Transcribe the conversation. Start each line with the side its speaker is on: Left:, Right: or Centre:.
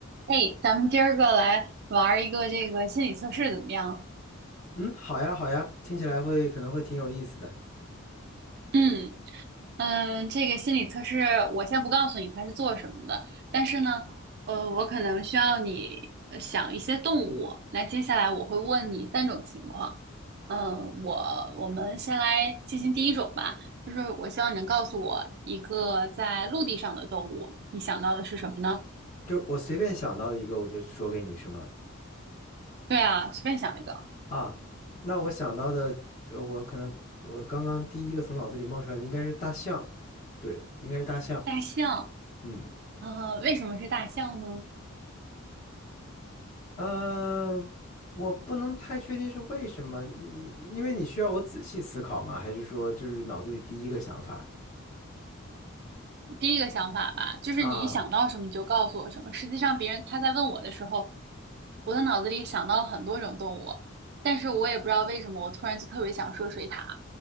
Right: 哎，咱们今儿个来玩儿一个这个心理测试怎么样？
Left: 嗯，好呀，好呀，听起来会可能会挺有意思的。
Right: 嗯嗯，这个心理测试我先不告诉你它是做什么的，但是呢，呃，我可能需要你呃想一些动物。那接下来我会问你三种情况。嗯，我我们先来进行第一种吧，就是我希望你能告诉我一个在陆地上的动物，你想到的是什么呢？
Left: 就我随便想到的一个，我就说给你，是吗？
Right: 对啊，随便想一个，
Left: 啊，那我想到的，呃我可能我刚刚第一个从脑子里冒出来的应该是大象，对，应该是大象。
Right: 大象。
Left: 嗯，
Right: 呃，为什么是大象呢？
Left: 呃，我不能太确定是为什么，因因为你需要我仔细思考吗？还是说就是脑子里第一个想法
Right: 第一个想法吧，就是你一想到什么你就告诉我什么。
Left: 啊
Right: 实际上，别人他在问我的时候，我的脑子里想到了很多种动物，但是我也不知道为什么，我突然就特别想说水獭，